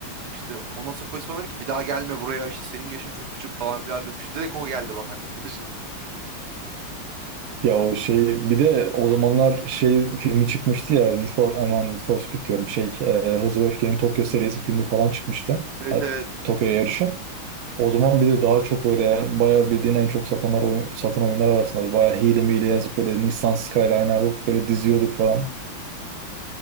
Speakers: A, on the right (about 55°); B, on the right (about 80°).
A: İşte ondan sonra polis bana dedi ki bir daha gelme buraya işte senin yaşın çok küçük falan filan demiş. Direkt o geldi bak aklıma <laughs> şimdi.
B: Ya o şey bir de o zamanlar şey filmi çıkmıştı ya Need for, aman Need for Speed diyorum şey e, Hızlı ve Öfke'nin Tokyo serisi filmi falan çıkmıştı.
A: Evet
B: Ha,
A: evet.
B: Tokyo yarışı. O zaman bir de daha çok böyle bayağı bildiğin en çok satanlar oy- satan oyunlar arasında bayağı hile miyle yazıp böyle Nissan Skyline alıp böyle diziyorduk falan.